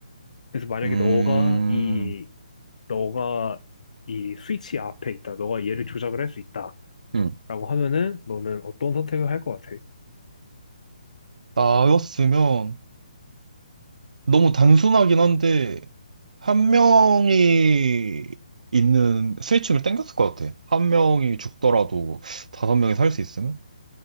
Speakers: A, on the left (about 60°); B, on the right (about 65°).
A: 그래서 만약에
B: 음,
A: 너가 이, 너가 이 스위치 앞에 있다. 너가 얘를 조작을 할 수 있다.
B: 음.
A: 라고 하면은 너는 어떤 선택을 할 것 같아?
B: 나였으면 너무 단순하긴 한데, 한 명이 있는 스위치를 땡겼을 것 같아. 한 명이 죽더라도 다섯 명이 살 수 있으면?